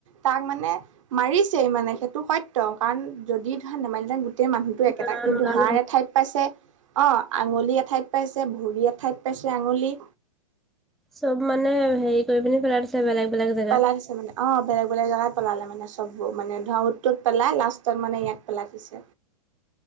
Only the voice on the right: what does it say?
তাক মানে মাৰিছেই মানে সেইটো সত্য কাৰণ যদি ধৰা নেমাৰিলে হেতেন গো গোটেই মানুহতো একেটা
কিন্তু
হাড় এঠাইত পাইছে অ আঙুলি এঠাইত পাইছে ভৰি এ ঠাইত পাইছে আঙুলি।
পেলাই দিছে মানে অ, বেলেগ - বেলেগ জেগাত পেলালে মানে চববো মানে ধাওত টোত পেলাই লাষ্টত মানে ইয়াত পেলাই দিছে।